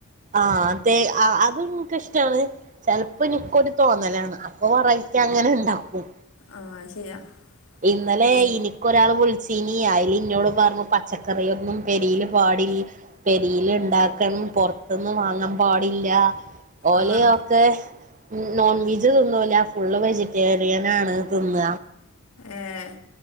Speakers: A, on the right; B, on the left.
A: ആഹ് തേ ആഹ് അതും ഇൻക്കിഷ്റ്റാണ് ചെൽപ്പൊ ഇൻക്കൊര്തോന്നലാണ്. പ്പൊ വെറൈറ്റി അങ്ങനെഇണ്ടാകും
B: ആഹ് അത് ശരിയാ
A: ഇന്നലെ
B: പി
A: ഇനി ക്കൊരാള് വിൾച്ചീനി അയ്ല്ഇന്നോട്പർഞ്ഞു പച്ചക്കറിയൊന്നും പെരീൽ പാടി പെരീല്ണ്ടാക്കണം പൊർത്ത്ന്ന് വാങ്ങംപാടില്ല ഓലെയോ
B: ആഹ്
A: ക്കെ നോൺവിജ് തിന്നൂല ഫുള്ള് വെജിറ്റേറിയനാണ് തിന്ന.
B: ഏഹ്